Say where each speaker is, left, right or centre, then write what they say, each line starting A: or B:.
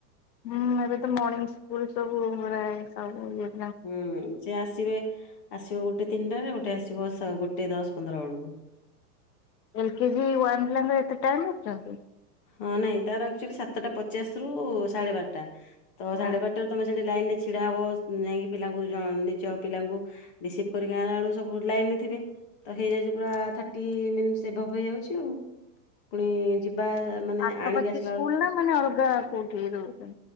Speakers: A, on the left (about 85°); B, on the left (about 30°).
A: ହୁଁ ଏବେ ତ ମର୍ଣିଙ୍ଗ ସ୍କୁଲ ସବୁ ରା ସବୁ ଇ
B: ହୁଁ ସେ ଆସିବେ ଆସିବ ଗୋଟେ ତିନିଟାରେ ଗୋଟେ ଆସିବ ଗୋଟେ ଦଶ ପନ୍ଦର ବେଳକୁ।
A: ଏଲ କେଜି ୱାନ୍ ପିଲାଙ୍କ ଏତେ ଟାଇମ୍ ନଉଛନ୍ତି।
B: ହଁ ନାଇଁ ତାର ଆକ୍ଚୁଆଲି ସାତଟା ପଚାଶ ରୁ ସାଢ଼େ ବାରଟା ତ ସାଢ଼େ
A: ହଁ
B: ବାରଟାରୁ ତମେ ସେଠି ଲାଇନ୍ ରେ ଛିଡ଼ା ହବ ଯାଇକି ପିଲାଙ୍କୁ ନିଜ ପିଲାଙ୍କୁ ରିସିଭ୍ କରିକି ଆଣିବା ବେଳକୁ ସବୁ ଲାଇନ ରେ ଥିବ ସେଥିରେ ହେଇଯାଉଛି ପୁରା ଥାର୍ଟି ମିନିଟ୍ ଏଭବ୍ ହେଇଯାଉଛି ଆଉ। ପୁଣି ଯିବା ମାନେ
A: ପାଖାପାଖି
B: ଆଣିକି ଆସିଲା
A: ସ୍କୁଲ
B: ବେଳକୁ
A: ନା ମାନେ ଅଲଗା କଉଠି ଦଉଛନ୍ତି?